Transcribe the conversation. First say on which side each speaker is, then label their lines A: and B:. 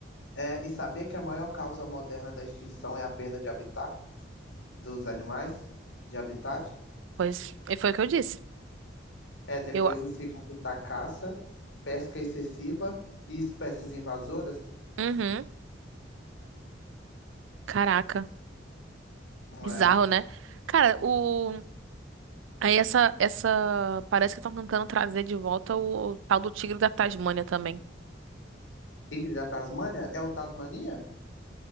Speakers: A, on the left (about 75°); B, on the right (about 80°).
A: É, e sabia que a maior causa moderna da extinção é a perda de habitat dos animais? De habitat?
B: Pois, e foi o que eu disse.
A: É, depois
B: Eu,
A: em segundo tá caça, pesca excessiva e espécies invasoras.
B: uhum, caraca,
A: É.
B: bizarro, né? Cara, o Aí essa, essa. Parece que estão tentando trazer de volta o, o tal do Tigre da Tasmânia também.
A: Tigre da Tasmânia? É o Tasmania?